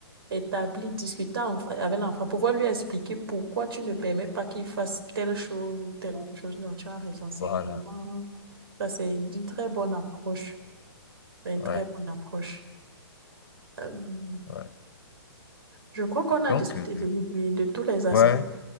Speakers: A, on the right; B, on the left.
A: établi, discuter en- avec l'enfant, pouvoir lui expliquer pourquoi tu ne permets pas qu'il fasse telle chose ou telle autre chose. Non, tu as raison, c'est
B: Voilà,
A: vraiment, ça c'est une très bonne approche. C'est une
B: ouais,
A: très bonne approche. Euh,
B: ouais.
A: je crois qu'on a
B: Donc,
A: discuté
B: euh,
A: de, de- de tous les aspects.
B: ouais,